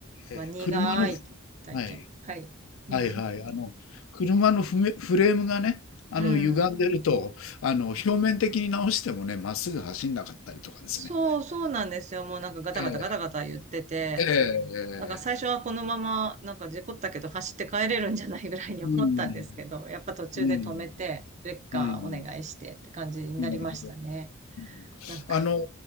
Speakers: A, on the left; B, on the right.
A: ええ、
B: まあ苦い体験。
A: ええ車の、はい。
B: はい。
A: はいはい。
B: うん。
A: あの、車のフメフレームがね、あの、
B: うん
A: 歪んでると、あの、表面的に直してもね、まっすぐ走んなかったりとかですね。
B: そう、そうなんですよ。もうなんかガタガタガタガタ言ってて、
A: ええ、ええ、
B: なんか最初はこのまま、なんか事故ったけど走って帰れるんじゃないぐらいに思ったんですけど、
A: うん、
B: やっぱ途中で止めて、
A: うん、
B: レッカーお願いしてって感じになりましたね。
A: うん、なるほど。うん
B: なんか、
A: あの、